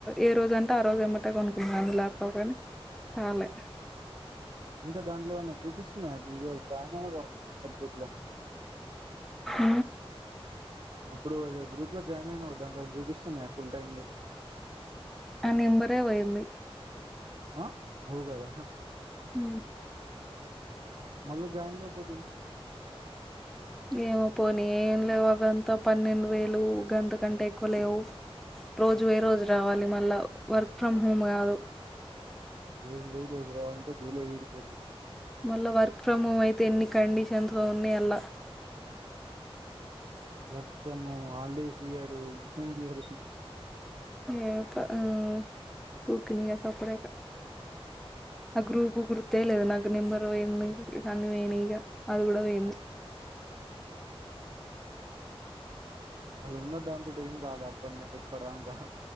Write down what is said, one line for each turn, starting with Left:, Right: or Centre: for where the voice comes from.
Centre: ఏ రోజు అంటే ఆ రోజు ఎమ్మటే కొనుక్కుంటుదాం లేక అవేం కాలే
Right: ఇంకా దాంట్లో ఏమన్నా చూపిస్తున్నాయా <unintelligible> జాయిన్ అవ్వలా గ్రూప్ లో
Centre: హ
Right: అప్పుడు ఏదో గూప్లో జాయిన్ అయిన ఒక దాంట్లో చూపిస్తున్నాయి ఫుల్ టైమ్ మీ
Centre: ఆ నెంబరే పోయింది
Right: ఆ అవుగదా
Centre: ఉ
Right: మళ్ళా జాయిన్ కాకపోతివి
Centre: ఏమో పోనీ ఏం లేవు గంతా పన్నెండు వేలు గంతకంటే ఎక్కువ లేవు రోజు ఏ రోజు రావాలి మళ్ళా వర్క్ ఫ్రమ్ హోమ్ కాదు
Right: రోజు పోయి తోలుకురావాలంటే దూల తీరిపోతుంది
Centre: మళ్ళా వర్క్ ఫ్రమ్ హోమ్ అయితే ఎన్ని కండిషన్స్ తో ఉన్నాయి అలా
Right: వర్క్ ఫ్రమ్ హాలిడేస్ ఇయరు ఇచ్చి ఇయరు
Centre: ఏ పగులుము ఉక్కడే సప్పుడే కన్ ఆ గ్రూపు గుర్తే లేదు నాకు నెంబరు ఏమున్నాయి అన్నీ పోయినాయి ఇగ అది కూడా పోయింది
Right: అది ఉన్న దాంతోటి ఏం రాదు అప్ప ఇప్పటి దాకా